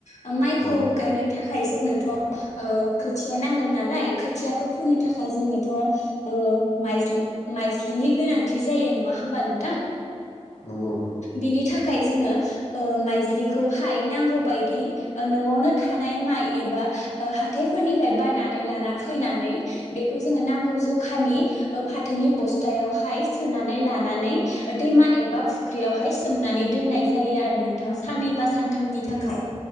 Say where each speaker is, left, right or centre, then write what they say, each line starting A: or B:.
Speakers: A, on the left (about 85°); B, on the left (about 70°).
A: ओ माइखौ
B: नोंथाङा औ
A: गायनो थाख खाय जोंनोथ' ओ खोथिया नांगोन नालाय खोथियाखौ फोनो थाखाय जोंनोथ' औ माइज्लि माइज्लिनि गोनांथि जायो नङा होमबा नोंथां?
B: नंगौ
A: बिनि थाखाय जोङो ओ माइज्लिखौहाय नांगौ बायदि ओ न'आवनो थानाय माइ एबा ओ हाथायफोरनिफ्राय बायनानै लाना फैनानै बेखौ जोङो नांगौ ज' अखानि ओ फाथोनि बस्थायावहाय सोनानै लानानै दैमा एबा फुख्रियावहाय सोमनानै दोननाय जायो आरो नोंथां साननैबा सानथामनि थाखाय।